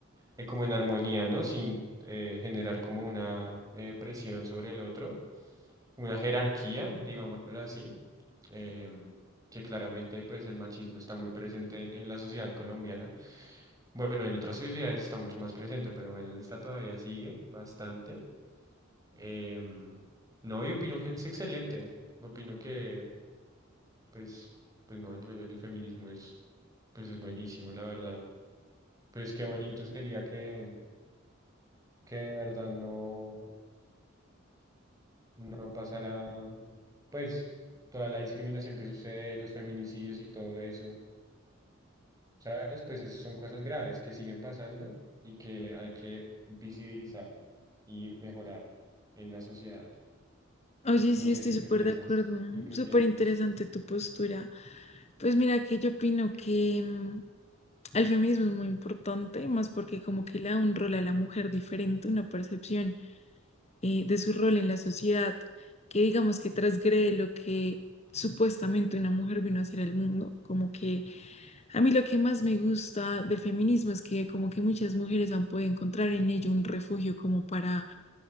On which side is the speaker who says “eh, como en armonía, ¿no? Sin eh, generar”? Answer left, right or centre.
Right